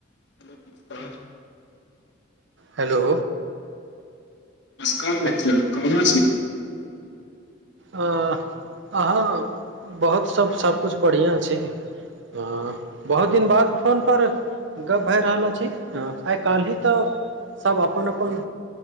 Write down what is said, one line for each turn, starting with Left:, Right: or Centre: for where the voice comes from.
Left: <unintelligible>
Right: Hello.
Left: कर मित्र
Right: अ,
Left: कन छै
Right: अहाँ बहुत सभ सभकिछु बढ़िआ छी हा बहुत दिन बाद फोन पर गप्प भए रहल अछि हँ आई काल्हि तऽ सभ अपन अपन